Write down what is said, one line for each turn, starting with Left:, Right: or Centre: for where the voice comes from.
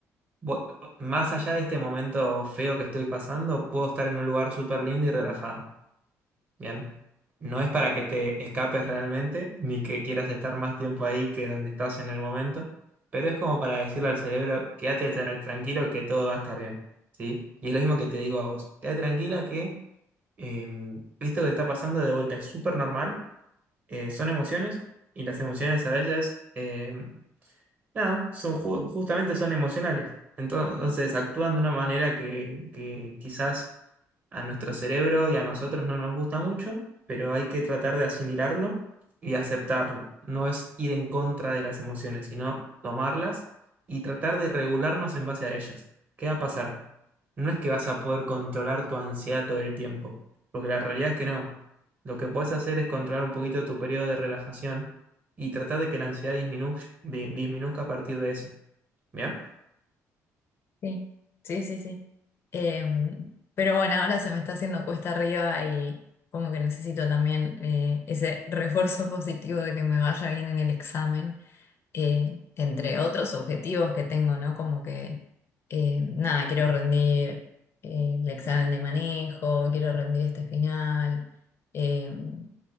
Right: vo- más allá de este momento feo que estoy pasando, puedo estar en un lugar súper lindo y relajada. Bien. No es para que te escapes realmente, ni que quieras estar más tiempo ahí que donde estás en el momento, pero es como para decirle al cerebro, quédate tra- tranquilo que todo va a estar bien, ¿sí? Y es lo mismo que te digo a vos, quédate tranquila que eh, esto que te está pasando de vuelta es súper normal, eh, son emociones, y las emociones a veces em, Nada, son, ju- justamente son emocionales. Entonces actúan de una manera que, que quizás a nuestro cerebro y a nosotros no nos gusta mucho, pero hay que tratar de asimilarlo y aceptarlo. No es ir en contra de las emociones, sino tomarlas y tratar de regularnos en base a ellas. ¿Qué va a pasar? No es que vas a poder controlar tu ansiedad todo el tiempo, porque la realidad es que no. Lo que puedes hacer es controlar un poquito tu periodo de relajación y tratar de que la ansiedad disminu- di- disminuzca a partir de eso. ¿Bien?
Left: Sí, sí, sí, sí. Em, pero bueno, ahora se me está haciendo cuesta arriba y como que necesito también eh, ese refuerzo positivo de que me vaya bien en el examen, eh, entre otros objetivos que tengo, ¿no? Como que, eh, nada, quiero rendir eh, el examen de manejo, quiero rendir este final, em,